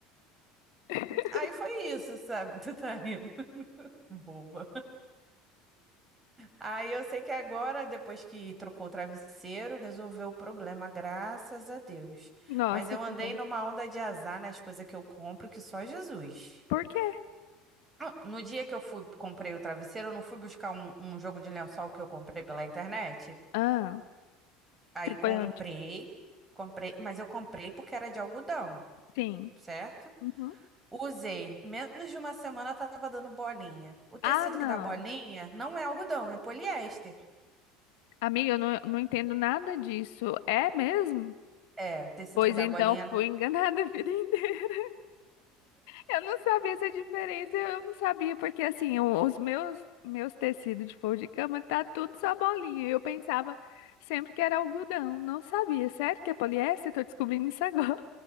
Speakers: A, on the left; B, on the right.
A: <laughs>
B: Aí foi isso, sabe? <laughs> Tu tá rindo, boba. Aí eu sei que agora, depois que trocou o travesseiro, resolveu o problema, graças a Deus.
A: Nossa,
B: Mas eu
A: que
B: andei
A: bom.
B: numa onda de azar nas coisas que eu compro, que só Jesus.
A: Por quê?
B: Ah, No dia que eu fui, comprei o travesseiro, eu não fui buscar um, um jogo de lençol que eu comprei pela internet?
A: Ah,
B: Aí
A: você
B: comprei,
A: foi onde?
B: comprei, mas eu comprei porque era de algodão,
A: Sim.
B: certo?
A: Uhum.
B: Usei. Menos de uma semana tava dando bolinha. O tecido
A: Ah, não.
B: que dá bolinha não é algodão, é poliéster.
A: Amiga, eu não, não entendo nada disso. É mesmo?
B: É, o tecido
A: Pois
B: que dá
A: então,
B: bolinha
A: fui enganada a vida <laughs> inteira. Eu não sabia essa diferença, eu não sabia, porque assim, o- os meus meus tecidos de forro de cama tá tudo só bolinha. Eu pensava sempre que era algodão, não sabia. Sério que é poliéster? Tô descobrindo isso agora.